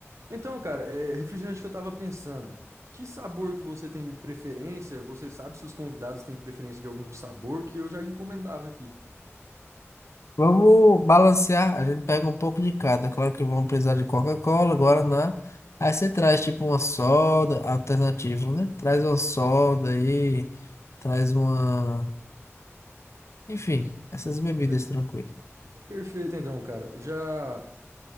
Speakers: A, on the right (about 75°); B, on the left (about 65°).
A: Então, cara, é, refrigerante que eu tava pensando, que sabor que você tem preferência? Você sabe se os convidados têm preferência de algum sabor que eu já encomendava aqui.
B: Vamos balancear. A gente pega um pouco de cada. Claro que vamos precisar de Coca-Cola, Guaraná. Aí você traz tipo uma soda alternativa, né? Traz uma soda aí, traz uma. Enfim, essas bebidas
A: Per-
B: tranquilas.
A: perfeito, então, cara. Já